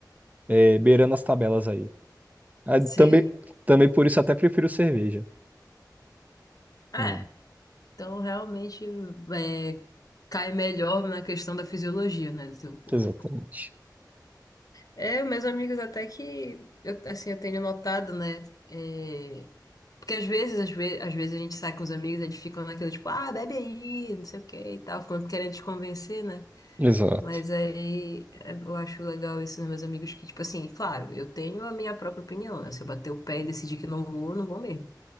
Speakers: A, on the right; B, on the left.
A: é, beirando as tabelas aí. Ah,
B: sei.
A: também, também por isso até prefiro cerveja.
B: É.
A: Hum,
B: Então, realmente, é, cai melhor na questão da fisiologia, né, do teu corpo.
A: exatamente.
B: É, meus amigos, até que, eu, assim, eu tenho notado, né, é, porque às vezes, às vezes, às vezes a gente sai com os amigos, eles ficam naquele, tipo, ah, bebe aí, não sei o que e tal, ficam querendo te convencer, né,
A: Exato.
B: mas aí é, eu acho legal isso nos meus amigos, que, tipo assim, claro, eu tenho a minha própria opinião, né, se eu bater o pé e decidir que não vou, eu não vou mesmo.